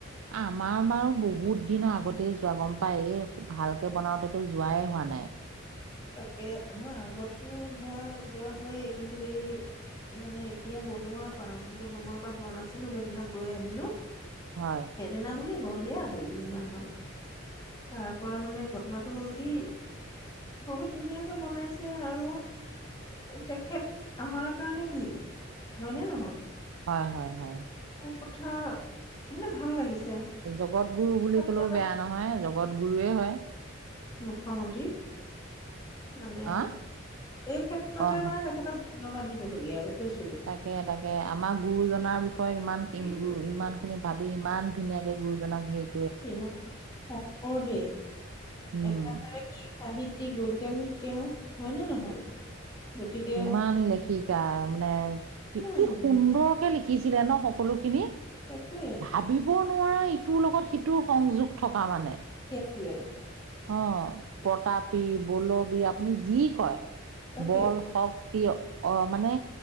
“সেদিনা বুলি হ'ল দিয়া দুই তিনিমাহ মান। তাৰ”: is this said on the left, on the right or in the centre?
Left